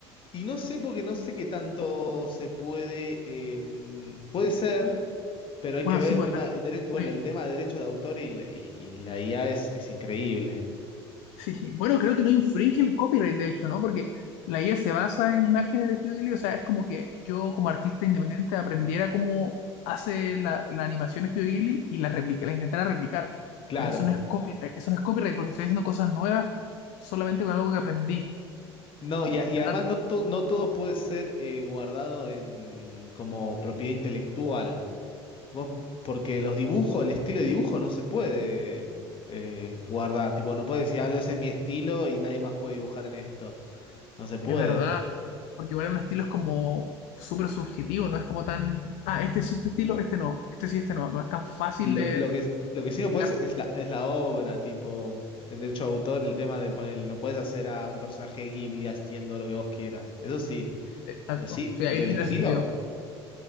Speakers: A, on the left; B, on the left.
A: Y no sé porque no sé qué tanto se puede, eh, puede ser, pero hay
B: Bueno,
A: que ver
B: sí,
A: el
B: pues
A: tema
B: no,
A: de derecho, bueno,
B: no
A: el tema de derechos de autor y la, y- y la IA es, es increíble.
B: Sí, bueno, creo que no infringe el copyright, de hecho, ¿no? Porque la IA se basa en imágenes de Studio Ghibli, o sea, es como que yo como artista independiente aprendiera cómo hace la, la animación Studio Ghibli y la, replica, la intentara replicar.
A: Claro.
B: Pero eso no es Claro. copyright, eso no es copyright porque estoy haciendo cosas nuevas solamente con algo que aprendí.
A: No, y, a- y
B: Es
A: además
B: raro,
A: no, to- no todo puede ser eh, guardado en, como propiedad intelectual. Vos, porque los dibujos, el estilo de dibujo no se puede em, eh, guardar. Tipo, no puedes decir, ah, no, ese es mi estilo y nadie más puede dibujar en esto. No se puede.
B: es verdad, porque igual un estilo es como súper subjetivo, no es como tan, ah, este sí, este estilo, este no, este sí, este no, no es tan fácil
A: Lo,
B: de
A: lo que, lo que
B: explicar.
A: sí no puedes es la, es la obra, tipo, el derecho de autor, el tema de poner, no puedes hacer a un personaje Ghibli haciendo lo que vos quieras. Eso sí,
B: Exacto,
A: pero sí,
B: sí, ahí
A: pero el
B: tendría
A: estilo,
B: sentido.